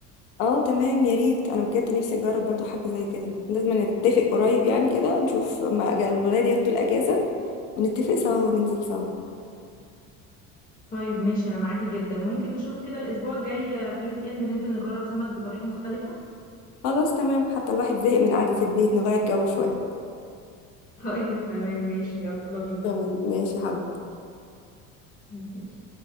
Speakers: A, on the left; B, on the left.
A: اه تمام يا ريت انا بجد نفسي اجرب برضو حاجه زي كده لازم نتفق قريب يعني كده نشوف اما أجا- الولاد ياخدوا الاجازه ونتفق سوا وننزل سوا
B: طيب ماشي أنا معاكي جدا ممكن نشوف كده الأسبوع الجاي آه، في الويك إند ننزل نجرب سمك بطريقة مختلفة
A: خلاص تمام حتى الواحد زهق من قعده البيت نغير جو شويه
B: <laughs> طيب تمام ماشي يلا بينا
A: تمام ماشي يا حبيبي
B: ماشي